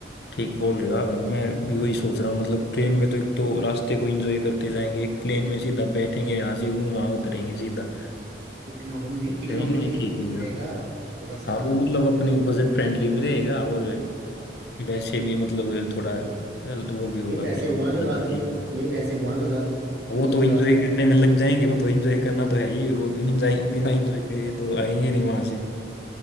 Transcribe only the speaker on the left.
ठीक बोल रहे हो आप मैं भी वही सोच रहा हूँ मतलब ट्रेन में तो एक तो रास्ते को एंजॉय करते जाएंगे एक प्लेन में सीधा बैठेंगे यहाँ से वो वहाँ उतरेंगे
सीधा
ट्रेन ही ठीक
है यार
हाँ वो मतलब अपनी बजट फ्रेंडली भी रहेगा और
वैसे भी मतलब थोड़ा वो भी होगा
कि हम
जा रहे
हैं
वो तो
एंजॉय करने में लग जाएंगे वो तो एंजॉय करना तो है ही वो तो enjoy- बिना
एंजॉय करे तो आएंगे नहीं वहां से